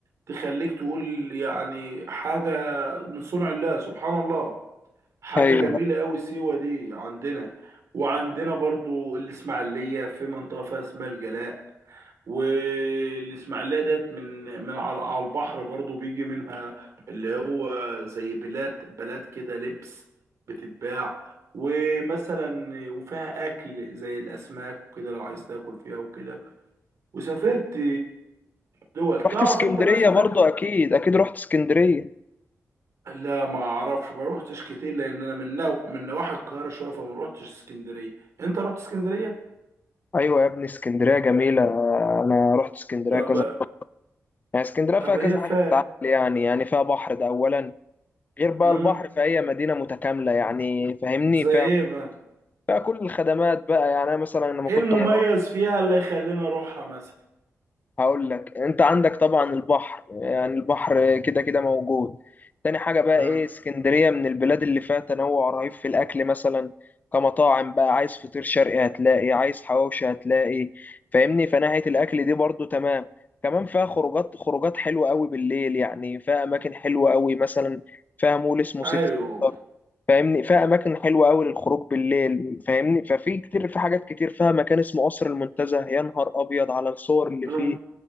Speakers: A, on the right (about 65°); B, on the left (about 30°).
A: تخليك تقول يعني حاجة من صنع الله سبحان الله حاجة
B: ايوه
A: جميلة أوي سيوة دي عندنا وعندنا برضو الإسماعيلية في منطقة فيها اسمها الجلاء والإسماعيلية ديت من من على على البحر برضو بيجي منها اللي هو زي بلاد بلاد كده لبس بتتباع ومثلا وفيها أكل زي الأسماك وكده لو عايز تاكل فيها وكده وسافرت دول تعرف
B: رحت اسكندرية
A: أنت بقى سافرت
B: برضو أكيد أكيد رحت اسكندرية
A: لا ما اعرفش ما روحتش كتير لان انا من نو... من نواحي القاهره شويه فما روحتش اسكندريه انت رحت اسكندريه
B: أيوة يا ابني اسكندرية جميلة أنا رحت اسكندرية
A: طب
B: كذا يعني اسكندرية فيها
A: طب هي
B: كذا
A: فا
B: حاجة تتعمل يعني يعني فيها بحر ده أولا غير بقى
A: مم.
B: البحر في أي مدينة متكاملة يعني فاهمني
A: زي
B: فيها
A: ايه بقى
B: فيها كل الخدمات بقى يعني أنا مثلا لما
A: ايه
B: كنت
A: المميز
B: بروح
A: فيها اللي يخلينا اروحها مثلا
B: هقول لك انت عندك طبعا البحر يعني البحر كده كده موجود تاني حاجة بقى
A: مم.
B: ايه اسكندرية من البلاد اللي فيها تنوع رهيب في الاكل مثلا كمطاعم بقى عايز فطير شرقي هتلاقي عايز حواوشي هتلاقي فاهمني فناحية الاكل دي برضو تمام كمان فيها خروجات خروجات حلوة قوي بالليل يعني فيها اماكن حلوة قوي مثلا فيها مول اسمه سيتي
A: ايوه
B: ستار فاهمني فيها اماكن حلوة قوي للخروج بالليل فاهمني ففي كتير في حاجات كتير فيها مكان اسمه قصر المنتزه يا نهار ابيض على الصور اللي
A: الم-
B: فيه